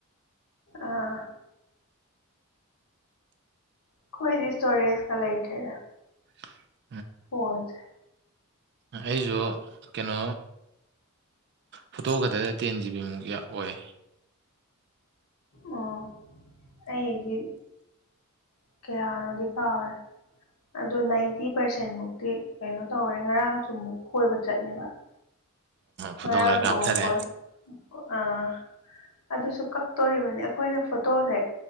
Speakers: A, on the left; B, on the right.
A: ꯑꯥ ꯑꯩꯈꯣꯏꯗꯤ ꯁꯇꯣꯔꯦꯁꯀ ꯂꯩꯇ꯭ꯔꯦꯗ
B: <inaudible>
A: ꯐꯣꯟꯁꯦ
B: ꯑꯩꯁꯨ ꯀꯩꯅꯣ ꯐꯣꯇꯣ ꯈꯛꯇ ꯇꯦꯟ ꯖꯤꯕꯤꯃꯨꯛ ꯑꯣꯏ
A: ꯑꯣ ꯑꯩꯗꯤ ꯀꯌꯥꯅꯣꯗꯤ ꯀꯥꯎꯔꯦ ꯑꯗꯨ ꯅꯥꯏꯟꯇꯤ ꯄꯥꯔꯁꯦꯟ ꯃꯨꯛꯇꯤ ꯀꯩꯅꯣ ꯇꯧꯔꯦ ꯉꯔꯥꯡꯁꯨ ꯃꯨꯛ ꯀꯣꯏꯕ ꯆꯠꯂꯦꯕ
B: ꯐꯣꯇꯣ
A: ꯉꯔꯥꯡ
B: ꯈꯔ ꯀꯥꯞꯊꯔꯦ
A: ꯑꯃꯨꯛ ꯀꯣꯏ ꯑꯥ ꯑꯗꯨꯁꯨ ꯀꯛꯇꯣꯔꯤꯕꯅꯤ ꯑꯩꯈꯣꯏꯅ ꯐꯣꯇꯣꯁꯦ